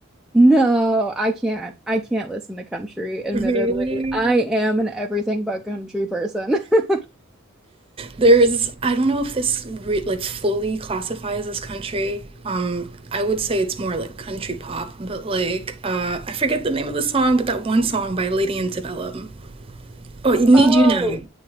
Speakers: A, in the centre; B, on the right.
A: No, I can't. I can't listen to country, admittedly.
B: Really?
A: I am an everything but country person. <laughs>
B: There's I don't know if this re like fully classifies as country. Um, I would say it's more like country pop, but like uh, I forget the name of the song, but that one song by Lady Antebellum. Oh, Need
A: Oh,
B: You Now.